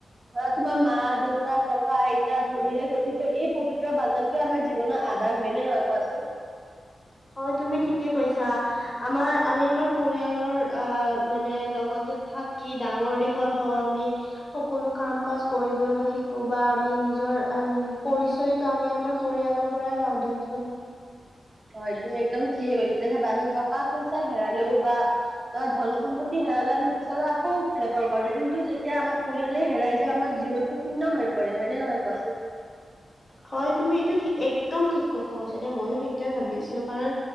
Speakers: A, on the right; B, on the left.
A: ধৰা' তোমাৰ মা, দেউতা, ককা, আই শৰীৰে গঠিত এই পবিত্ৰ বান্ধনটোৱে আমাৰ জীৱনৰ আধাৰ হয় নে নহয় কোৱাচোন
B: হয় তুমি ঠিকে কৈছা আমাৰ আমি আমাৰ পৰিয়ালৰ আ মানে লগতে থাকি ডাঙৰ দিঘ দীঘল হওঁ আমি সকলো কাম কাজ কৰিবলৈ শিকো বা আমি নিজৰ পৰিচয়টো আমি আমাৰ পৰিয়ালৰ পৰাই পাওঁ দিয়াচোন
A: হয় তুমি একদম ঠিকে কৈছা দে চাবা আমি টকা পইচা হেৰালেও বা ধৰা ধন সম্পত্তি হেৰালে আমি পিছলৈ আকৌ ঘুৰাই পাব পাৰো কিন্তু এতিয়া আমাৰ পৰিয়ালে হেৰাই যোৱা আমাৰ জীৱনটো শূন্য হৈ পৰে হয় নে নহয় কোৱাচোন
B: হয় এইটো একদম ঠিক কথা কৈছা ময়ো সেইটোয়ে ভাবি আছিলো কাৰণ